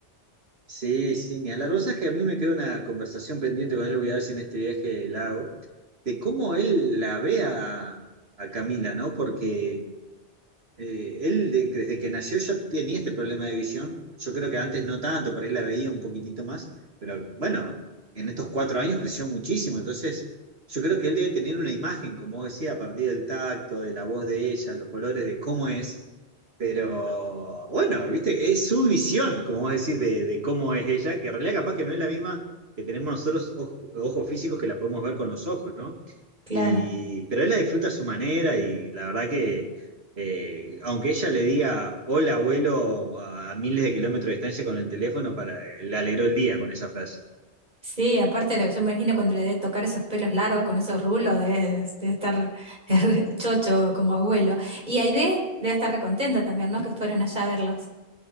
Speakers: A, on the right; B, on the right.
A: Sí, sí, ni hablar la rosa es que a mí me queda una conversación pendiente con él, voy a ver si en este viaje la hago, de cómo él la ve a, a Camila, ¿no? Porque Eh, él de- desde que nació ya tenía este problema de visión. Yo creo que antes no tanto, por ahí la veía un poquitito más, pero bueno, en estos cuatro años creció muchísimo. Entonces, yo creo que él debe tener una imagen, como vos decía, a partir del tacto, de la voz de ella, los colores, de cómo es. Pero bueno, viste, es su visión, como vos decís, de, de cómo es ella, que en realidad capaz que no es la misma que tenemos nosotros ojo- ojos físicos que la podemos ver con los ojos, ¿no?
B: Claro.
A: Y, pero él la disfruta a su manera y la verdad que eh, aunque ella le diga hola abuelo a miles de kilómetros de distancia con el teléfono, para, le alegró el día con esa frase.
B: Sí, aparte lo- yo me imagino cuando le debe tocar esos pelos largos con esos rulos, debe, debe estar <laughs> chocho como abuelo. Y Aide debe estar recontenta también, ¿no? Que fueron allá a verlos.